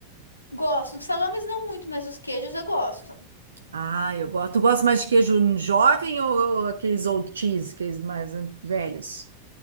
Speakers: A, on the left (about 85°); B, on the right (about 70°).
A: Gosto. Os salames não muito, mas os queijos eu gosto.
B: Ah, eu gosto. Tu gosta mais de queijo jovem ou, ou aqueles old cheese, aqueles mais velhos?